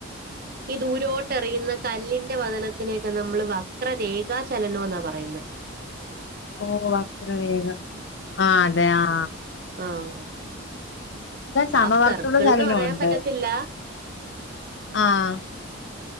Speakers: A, on the right; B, on the left.
A: ഈ ദൂരോട്ടെറിയുന്ന കല്ലിന്റെ വതനത്തിനെയൊക്കെ നമ്മള് വക്രരേഖാചലനം ന്നാ പറയുന്നത്
B: ഓ അത്ര വേഗ ആഹ് അതെ ആ
A: ആഹ് ഹാഫ്
B: സമവർത്തുള്ള
A: സർക്കിൾന്ന്
B: ചലനമുണ്ട്
A: പറയാൻ പറ്റത്തില്ല
B: ആഹ്